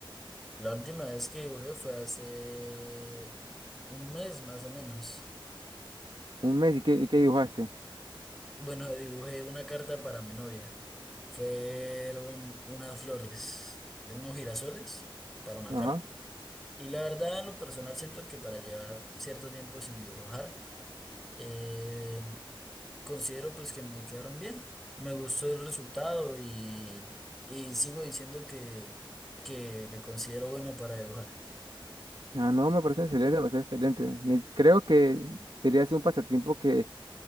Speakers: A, in the centre; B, on the right.
A: La última vez que dibujé fue hace un mes más o menos.
B: ¿Un mes? ¿Y qué, y qué dibujaste?
A: Bueno, dibujé una carta para mi novia. Fueron unas flores de unos girasoles para una
B: Ajá.
A: carta. Y la verdad, en lo personal, siento que para llevar cierto tiempo sin dibujar, eh, considero pues que me quedaron bien. Me gustó el resultado y, y sigo diciendo que, que me considero bueno para dibujar.
B: Ah, no, me parece excelente, me parece excelente. Me- creo que debería ser un pasatiempo que